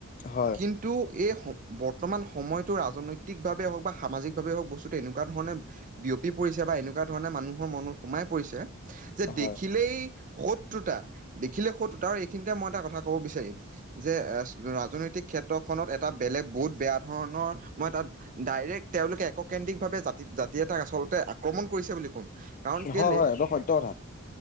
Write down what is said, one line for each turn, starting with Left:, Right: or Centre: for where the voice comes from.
Left: হয়।
Right: কিন্তু এই স বৰ্তমান সময়টো ৰাজনৈতিকভাৱে হওঁক বা সামাজিকভাৱে হওঁক বস্তুটো এনেক কুৱা ধৰণে বিয়পি পৰিছে বা এনেকুৱা ধৰণে মানুহৰ মনত সোমাই পৰিছে। যে
Left: হয়
Right: দেখিলেই শত্ৰুতা। দেখিলে শত্ৰুতা আৰু এইখিনিতে মই এটা কথা ক'ব বিচাৰিম। যে এ, ৰাজনৈতিক ক্ষেত ত্ৰ এটা বেলেগ বহুত বেয়া ধৰণৰ মই তাত ডাইৰেক্ট তেওঁলোকে এককেন্দ্ৰিকভাৱে জাতি জাতি এটাক আচলতে আক্ৰমণ কৰিছে বুলি ক'ম, কাৰণ কেলে
Left: হয় হয় এইটো সত্য কথা